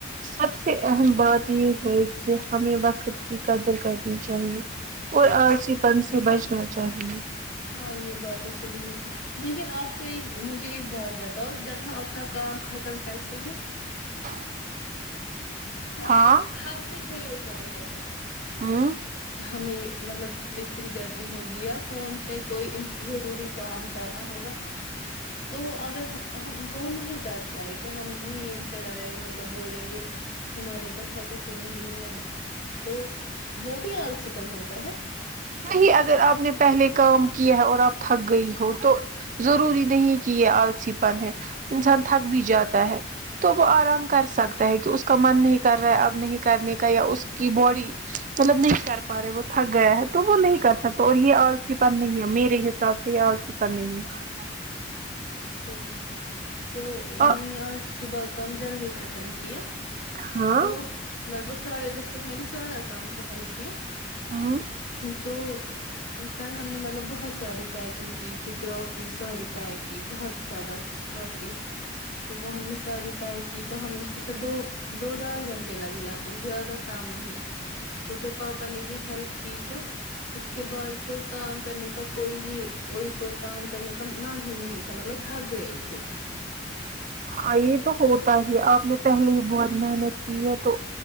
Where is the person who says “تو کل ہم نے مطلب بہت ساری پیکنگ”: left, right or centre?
Left